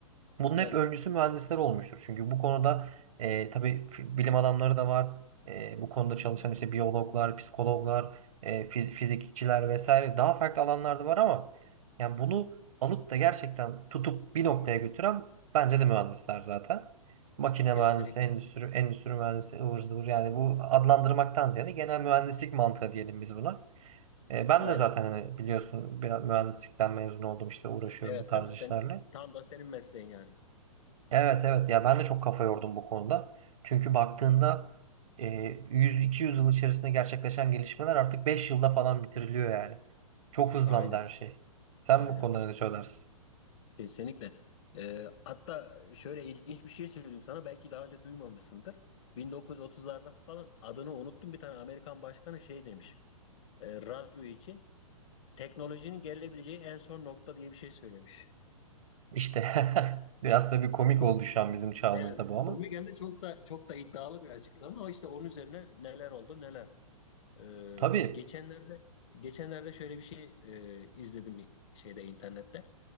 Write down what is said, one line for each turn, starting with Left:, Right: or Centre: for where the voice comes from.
Right: bunun
Left: Tabii,
Right: hep öncüsü mühendisler olmuştur. Çünkü bu konuda e, tabii f- bilim adamları da var. E, bu konuda çalışan işte biyologlar, psikologlar, e, fiz- fizikçiler vesaire daha farklı alanlarda var ama yani bunu alıp da gerçekten tutup bir noktaya götüren bence de mühendisler zaten. Makine mühendisi,
Left: kesinlikle.
Right: endüstri, endüstri mühendisi, ıvır zıvır yani bu adlandırmaktan ziyade genel mühendislik mantığı diyelim biz buna. E, ben
Left: Aynen.
Right: de zaten hani biliyorsun biraz mühendislikten mezun oldum işte uğraşıyorum
Left: Evet,
Right: bu tarz
Left: değil mi?
Right: işlerle.
Left: Senin, tam da senin mesleğin yani.
Right: Evet evet ya ben de çok kafa yordum bu konuda. Çünkü baktığında e, 100-200 yıl içerisinde gerçekleşen gelişmeler artık 5 yılda falan bitiriliyor yani. Çok hızlandı
Left: Aynen,
Right: her şey. Sen
Left: aynen.
Right: bu konuda ne söylersin?
Left: Kesinlikle. Ee, hatta şöyle ilginç bir şey söyleyeyim sana. Belki daha önce duymamışsındır. 1930'larda falan adını unuttum bir tane Amerikan başkanı şey demiş. e, radyo için teknolojinin gelebileceği en son nokta diye bir şey söylemiş.
Right: İşte <laughs> biraz da bir komik
Left: Çok
Right: oldu şu an bizim çağımızda
Left: evet
Right: bu
Left: komik
Right: ama.
Left: hem de çok da çok da iddialı bir açıklama ama işte onun üzerine neler oldu neler. Ee,
Right: Tabii
Left: geçenlerde geçenlerde şöyle bir şey e, izledim şeyde internette.